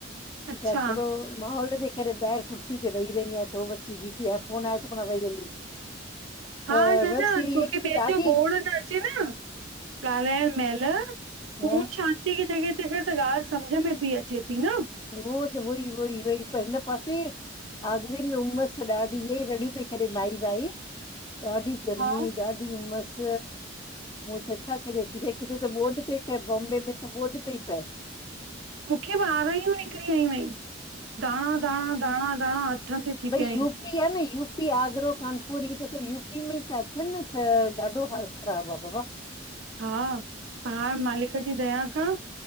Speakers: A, on the right; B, on the left.
A: अच्छा
B: त थोडो माहोल जे करे ॿाहिर कुर्सी वेी रहय त हू बची बीठी आहे। फोन आया त पो वईी हली।
A: हा।
B: त
A: न
B: बसि
A: न,
B: इहा
A: छोकी
B: इहा की
A: ॿियनि
B: त ॾाढी
A: जो गोोड़ न चीन ॻाल्हाइण महिल
B: हा
A: ओम शान ट्रिगे त कथ त त ॻाल्हि सम्झ में पई अचे थी न
B: हन ई इ वई पन पासे आगरे में उमस ॾाढी इअ ई रड़ियूं पई करे माई वाई ॾाढी गर्मी
A: हा
B: ॾाढीहूमस उह त छा क किथे किथे त ॿोि पई पए बॉम्बे में त ॿोॾि पई प
A: मूंखेब आरायूं निकिरी आयूं आहिन। धाणा धाणा -धाणा -धाणा हथन ते
B: भई
A: थी पिया आहिन।
B: न यूपी, आगरो, कानपुर, ई त सभु यूपी में ता अचन, न त ॾाढो हालत ख़राब आ। बाबा
A: हा! पाण मालिक जी दया खां।